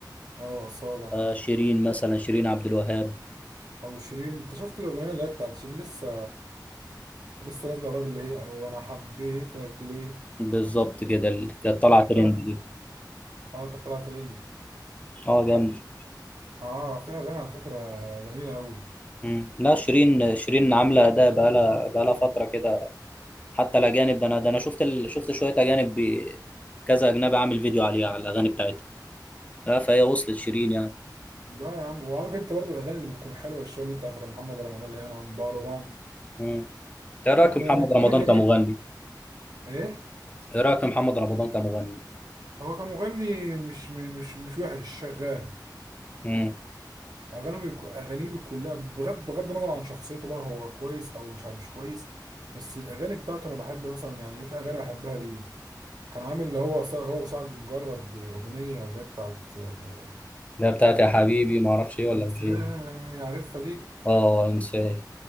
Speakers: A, on the right; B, on the left.
A: اه أصالة
B: آه شيرين مثلا شيرين عبد الوهاب
A: او شيرين انت شفت الاغنيه اللي هي بتاعت شيرين لسه لسه نازله قريب اللي هي وانا حبيتك ليه
B: بالظبط كده ال- كانت طالعة
A: عارفها
B: ترند دي
A: اه كانت طلعت ترند
B: اه جامد
A: اه فيها اغاني على فكره جميله قوي
B: مم. لا شيرين شيرين عاملة أداء بقالها بقالها فترة كده حتى الأجانب ده أنا ده أنا شفت ال... شفت شوية أجانب ب... كذا أجنبي عامل فيديو عليها على الأغاني بتاعتها لا فهي وصلت شيرين يعني
A: لا يا عم وعارف انت برضو الاغاني اللي بتكون حلوه شويه اللي بتاعت محمد رمضان اللي هي انا عمبار وان
B: مم. إيه رأيك
A: بتكون
B: في
A: يعني
B: محمد
A: اغاني
B: رمضان
A: ايه
B: كمغني؟
A: ايه
B: ايه رايك في محمد رمضان كمغني
A: هو كمغني مش مش مش وحش شغال
B: امم
A: اغانيه بيكو... اغانيه بتكون لا بغض بغض النظر عن شخصيته بقى هو كويس او مش مش كويس بس الاغاني بتاعته انا بحب مثلا يعني ايه في اغاني بحبها ليه كان عامل اللي هو سع- هو وسعد مجرد أغنية اللي هي بتاعت آه،
B: ده بتاعت يا حبيبي ما اعرفش ايه ولا
A: إنسان
B: مش ايه
A: يعرفها دي
B: اه انساه